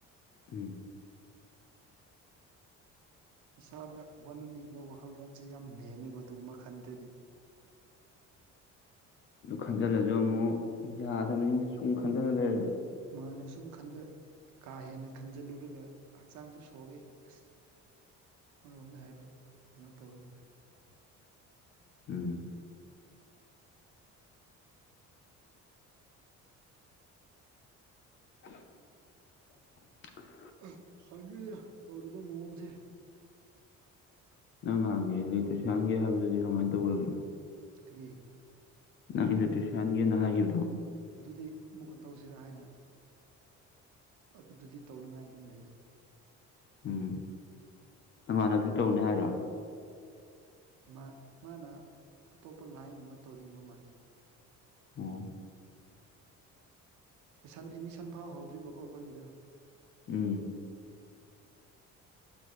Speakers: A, on the left; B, on the right.
A: ꯎꯝ
B: ꯏꯁꯥꯗ ꯍꯣꯠꯅꯅꯤꯡꯕ ꯋꯥꯈꯜꯂꯣꯟꯁꯦ ꯌꯥꯝ ꯅꯦꯝꯃꯦꯕ ꯑꯗꯨꯒꯨꯝꯕ ꯈꯟꯗ꯭ꯔꯗꯤ <inaudible>
A: ꯑꯗꯨ ꯈꯟꯖꯤꯜꯂꯁꯨ ꯑꯃꯨꯛ ꯌꯥꯗꯕꯅꯤ ꯁꯨꯝ ꯈꯟꯖꯤꯜꯂ ꯂꯩꯔꯗꯤ
B: ꯃꯥꯅꯦ ꯁꯨꯝ ꯀꯥ ꯍꯦꯟꯅ ꯈꯟꯖꯤꯜꯂꯨꯔꯒ ꯍꯛꯆꯥꯡꯁꯨ ꯁꯣꯛꯑꯦ ꯑꯁ ꯃꯔꯨꯄꯅ ꯍꯥꯏꯔꯗꯤ ꯀꯩꯅꯣ ꯇꯧꯋꯤꯅꯦ
A: ꯎꯝ <unintelligible>
B: ꯑ ꯈꯪꯗꯦꯗ ꯇꯧꯔꯤꯕ ꯃꯑꯣꯡꯁꯦ
A: ꯅꯪ ꯉꯍꯥꯟꯒꯤ ꯑꯂꯦꯇꯤꯛꯁꯤꯌꯥꯟꯒꯤ ꯍꯥꯏꯕꯗꯨꯗꯤ ꯀꯃꯥꯏ ꯇꯧꯔꯒꯦ
B: ꯀ꯭ꯔꯤ
A: ꯅꯪ ꯑꯦꯂꯦꯛꯇ꯭ꯔꯤꯁꯤꯌꯥꯟꯒꯤ ꯅ ꯍꯥꯏꯈꯤꯕꯗꯣ
B: ꯑꯗꯨꯗꯤ ꯑꯃꯨꯛꯀ ꯇꯧꯁꯤꯔꯥ ꯍꯥꯏꯅ ꯑꯗꯨꯗꯗꯤ ꯇꯧꯅꯤꯡꯉꯥꯏ ꯑꯗꯨꯝ ꯂꯩꯌꯦ
A: ꯎꯝ ꯅꯃꯥꯟꯅꯕꯁꯨ ꯇꯧꯅꯦ ꯍꯥꯏꯔꯣ
B: ꯃ ꯃꯥꯅ ꯑꯇꯣꯞꯄ ꯂꯥꯏꯟꯒꯨꯝꯕ ꯇꯧꯅꯤꯡꯕ ꯃꯥꯜꯂꯦ
A: ꯑꯣ
B: ꯁꯟ ꯑꯦꯃꯤꯁꯟ ꯐꯥꯎ ꯍꯧꯗ꯭ꯔꯤꯕꯀꯣ ꯑꯩꯈꯣꯏꯒꯤꯗꯣ
A: ꯎꯝ